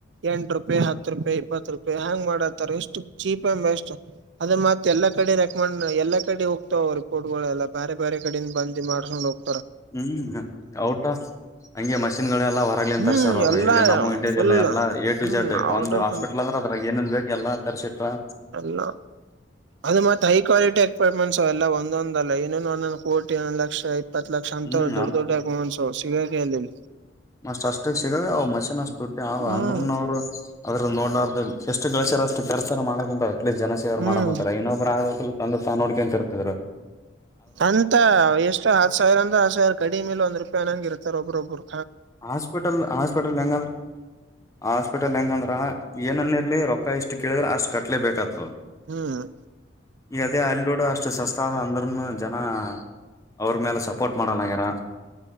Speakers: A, on the right; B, on the left.
A: ಎಂಟು ರೂಪಾಯಿ ಹತ್ತು ರೂಪಾಯಿ ಇಪ್ಪತ್ತು ರೂಪಾಯಿ ಹೆಂಗ್ ಮಾಡತಾರೆ ಎಷ್ಟು ಚೀಪ್ ಅಂಡ್ ಬೆಸ್ಟ್ ಅದ ಮತ್ತ ಎಲ್ಲಾ ಕಡೆ ರೆಕಮೆಂಡ್ ಎಲ್ಲ ಕಡೆ ಹೋಗ್ತಾವ ರಿಪೋರ್ಟ್ ಗಳು ಎಲ್ಲಾ ಬೇರೆ ಬೇರೆ ಕಡೆಯಿಂದ ಬಂದಿ ಮಾಡಿಸಿಕೊಂಡು ಹೋಗ
B: ಹ್ಮ್ ಔಟ ಆಫ್ ಹಂಗೆ ಮಷಿನ್ ಗಳೆಲ್ಲಾ ಹೊರಗ್ಲಿಂತರ್
A: ಹ್ಮ್
B: ಸರ್ ಅವ್ರು
A: ಎಲ್ಲಾ
B: ಇಲ್ಲಿ ನಮ್ಮ ಇಂಡಿಯಾದಲ್ಲ
A: ಫುಲ್
B: ಎಲ್ಲಾ A to
A: hmm
B: Z ಒಂದು
A: out ಆಫ್
B: ಹಾಸ್ಪಿಟಲ್ ಅದ್ರಾಗ ಏನನ್ ಬೇಕ ಎಲ್ಲ ತರ್ಸಿ ಇಟ್ಟರಾ
A: ಎಲ್ಲಾ ಅದು ಮತ್ತತ್ ಹೈ ಕ್ವಾಲಿಟಿ ಎಕ್ವಿಪ್ಮೆಂಸ್ ಎಲ್ಲ ಒಂದೊಂದಲ್ಲ ಇನ್ನೊಂದ ಒಂದೊಂದು ಕೋಟಿ ಒಂದೊಂದು ಲಕ್ಷ ಆಯತು ಇಪ್ಪತ್ತು ಲಕ್ಷ ಅಂತ
B: ಹ್ಮ್
A: ದೊಡ್ಡ ದೊಡ್ಡ ಈಕ್ವಪಿಮೆಂಟ್ಸ್ ಆವಾ ಸಿಗೋಕಿಲ್ಲ
B: ಮಷ್ಟ ಅಷ್ಟಕ್ ಸಿಗಾವ ಅವ ಮಷಿನ್ ಅಷ್ಟ ತುಟ್ಟಿ ಆ
A: ಹ್ಮ್
B: ಅಂದ್ರನ ಅವರು ಅದ್ರ ನೋಡ್ಲಾರ್ದು ಎಷ್ಟು ಗಳಿಚಾರಷ್ಟು ಅಷ್ಟು ಮಾಡಕಂಂತಾರೆ ಅಲೀಸ್ಟ್ ಜನ ಸೇವರ್
A: ಹ್ಮ್
B: ಮಾಡಕಂತಾರೆ ಇನ್ನೊಬ್ಬರು ತಂದ ತಾವು ನೋಡಿಕೊಂತ ಇರ್ತಿದರು
A: ಅಂತ ಎಷ್ಟು ಹತ್ತು ಸಾವಿರ ಅಂದ ಹತ್ ಸಾವಿರ ಕಡಿ ಮೇಲೆ ಒಂದ್ ರೂಪಾಯಿ ಅನಂಗ ಇರ್ತಾರೆ ಒಬ್ಬ್ರೊಬ್ರು
B: ಹಾಸ್ಪಿಟಲ್ ಹಾಸ್ಪಿಟಲ್ ಹೆಂಗಂದ್ರ ಹಾಸ್ಪಿಟಲ್ ಹೆಂಗಂದ್ರ ಏನ ಇರ್ಲಿ ರೊಕ್ಕ ಇಷ್ಟು ಕೇಳಿದ್ರೆ ಅಷ್ಟ್ ಕಟ್ಲೆೇಬೇಕಾಗ್ತದೆ
A: ಹ್ಮ್
B: ಈಗ ಅದೇ ಅಲ್ಲಿೋಡ ಅಷ್ಟುಸಸ್ತ ಆದ ಅಂದ್ರನು ಜನ ಅವ್ರ ಮೇಲೆ ಸಪೋರ್ಟ್ ಮಾಡಲ್ಲಂಗ್ಯಾರ